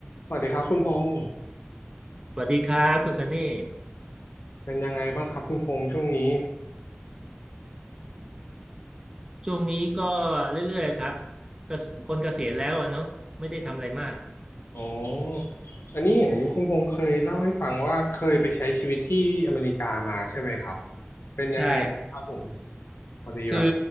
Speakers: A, on the left (about 75°); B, on the right (about 20°).
A: สวัสดีครับคุณพงษ์
B: สวัสดีครับคุณซันนี่
A: เป็นยังไงบ้างครับคุณพงษ์ช่วงนี้
B: ช่วงนี้ก็เรื่อยๆครับก็คนเกษียณแล้วอะเนาะไม่ได้ทำอะไรมาก
A: อ๋ออันนี้เห็นคุณพงษ์เคยเล่าให้ฟังว่าเคยไปใช้ชีวิตที่อเมริกามาใช่ไหมครับเป็นยังไงบ้างครับผม
B: ใช่
A: พอดีแบบ
B: คือ